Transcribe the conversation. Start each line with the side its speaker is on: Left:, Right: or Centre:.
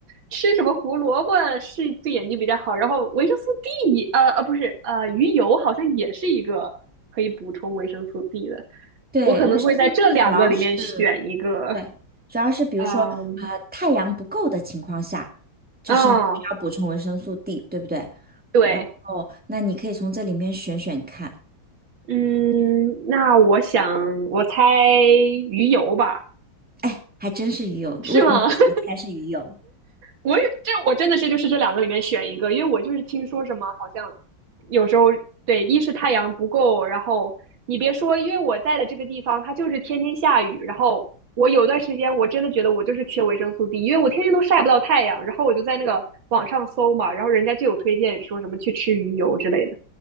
Right: 吃什么胡萝卜是对眼睛比较好，然后维生素 D，呃呃不是，呃鱼油好像也是一个可以补充维生素 D 的，
Centre: 对，
Right: 我可能会在这两个里面选一个，
Centre: 维生素 D 主要是，对，主要是比如说，
Right: 嗯，
Centre: 呃，太阳不够的情况下，就是你需要补充维生素
Right: 啊，
Centre: D，对不对？
Right: 对，
Centre: 然后那你可以从这里面选选看。
Right: 嗯，那我想我猜鱼油吧，
Centre: 哎，还真是鱼油，
Right: 是吗？
Centre: 问你为什么猜是鱼油？
Right: <laughs> 我也这我真的是就是这两个里面选一个，因为我就是听说什么好像有时候对，一是太阳不够，然后你别说，因为我在的这个地方它就是天天下雨，然后我有段时间我真的觉得我就是缺维生素 D，因为我天天都晒不到太阳，然后我就在那个网上搜嘛，然后人家就有推荐说什么去吃鱼油之类的。